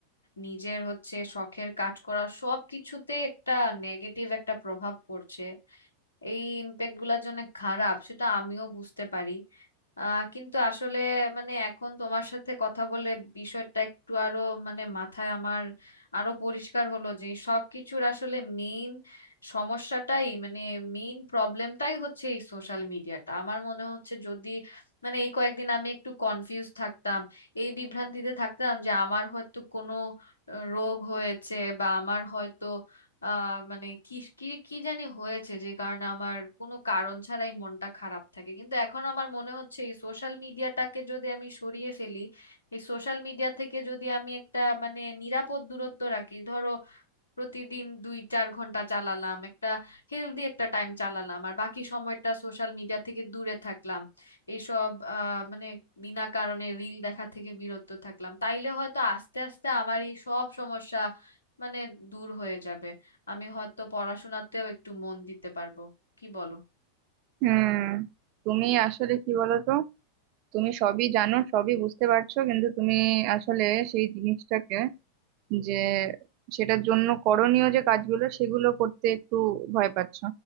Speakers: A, on the left (about 75°); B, on the right (about 40°).
A: নিজের হচ্ছে শখের কাজ করা সব কিছুতে একটা নেগেটিভ একটা প্রভাব পড়ছে এই ইম্প্যাক্ট গুলার জন্য খারাপ সেটা আমিও বুঝতে পারি আহ কিন্তু আসলে মানে এখন তোমার সাথে কথা বলে বিষয়টা একটু আরো মানে মাথায় আমার আরো পরিষ্কার হলো যে এই সবকিছুর আসলে মেইন সমস্যাটাই মানে মেইন প্রবলেমটাই হচ্ছে এই সোশ্যাল মিডিয়াটা আমার মনে হচ্ছে যদি মানে এই কয়েকদিন আমি একটু কনফিউজ থাকতাম এই বিভ্রান্তিতে থাকতাম যে আমার হয়তো কোনো আহ, রোগ হয়েছে বা আমার হয়তো আহ মানে কি কি কি জানি হয়েছে যে কারণে আমার কোনো কারণ ছাড়াই মনটা খারাপ থাকে কিন্তু এখন আমার মনে হচ্ছে এই সোশ্যাল মিডিয়াটাকে যদি আমি সরিয়ে ফেলি এই সোশ্যাল মিডিয়া থেকে যদি আমি একটা মানে নিরাপদ দূরত্ব রাখি ধরো প্রতিদিন দুই চার ঘন্টা চালালাম একটা হেলদি একটা টাইম চালালাম আর বাকি সময়টা সোশ্যাল মিডিয়া থেকে দূরে থাকলাম এইসব আহ মানে বিনা কারণে রিল দেখা থেকে বিরত থাকলাম তাইলে হয়তো আস্তে আস্তে আমার এই সব সমস্যা মানে দূর হয়ে যাবে আমি হয়তো পড়াশোনাতেও একটু মন দিতে পারবো কি বলো
B: হুম তুমি আসলে কি বলো তো তুমি সবই জানো সবই বুঝতে পারছো কিন্তু তুমি আসলে সেই জিনিসটাকে যে সেটার জন্য করণীয় যে কাজগুলো সেগুলো করতে একটু ভয় পাচ্ছ